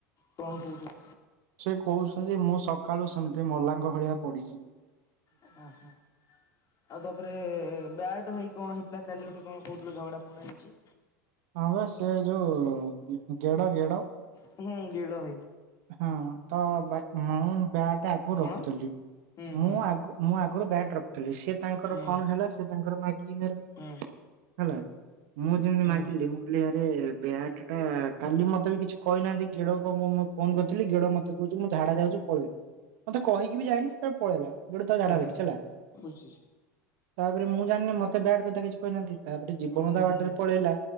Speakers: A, on the left (about 40°); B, on the right (about 60°).
A: କଣ କହୁଛ?
B: ସେ କହୁଛନ୍ତି ମୁଁ ସକାଳୁ ସେମିତି ମଲାଙ୍ଗ ଭଳିଆ ପଡିଚି।
A: ଏ ହଁ ହଁ ଆଉ ତାପରେ ବ୍ୟା ଭାଇ କଣ ହେଇଥିଲା କାଲି ଗୋଟେ କଣ କହୁଥିଲ ଝଗଡା ଫଗଡା ହେଇଚି।
B: ହଁ ବା ସେ ଯୋଉ ଗେଡ ଗେଡ୍ ମ
A: <unintelligible>
B: ହଁ ତ ଭା ମୁଁ ବ୍ୟାଟ ଆଗୁରୁ
A: କଣ
B: ରଖୁଥିଲି।
A: ହୁଁ ହୁଁ
B: ମୁଁ ଆଗୁ ମୁଁ ଆଗ ଗୋଟ ବ୍ୟାଟ ରଖିଥିଲି ସିଏ ତାଙ୍କର
A: ହୁଁ
B: କଣ ହେଲା ସେ ତାଙ୍କର ମାଗିକି ନେଲେ
A: ହୁଁ
B: ହେଲା। ମୁଁ ଯେଏନ୍ତି
A: ହୁଁ।
B: କହିଲି ଆରେ ବ୍ୟାଟ ଟା କାଲି ମତେ ବି କିଛି କହିନାହାନ୍ତି ଗେଡକୁ କଣ ମୁଁ ଫୋନ କରିଥିଲି ଗେଡ କହୁଚି ମୁଁ ଝାଡା ଯାଉଛି ପଳେଇବି ମତେ କହିକି ବି ଯାଇନି ସେତାର ପଳେଇଲା। ଗୋଟେଥର ଝଡା
A: ହୁଁ
B: ଦେଖିଛି ହେଲା।
A: ବୁଝିଛି
B: ତାପରେ ମୁଁ ଜାଣିନି ମତେ ବ୍ୟାଟ କଥା କିଛି କହିନାହାନ୍ତି ତାପରେ ଜୀବନ
A: ହୁଁ ହୁଁ
B: ତା ବାଟରେ
A: ହୁଁ
B: ପଳେଇଲା।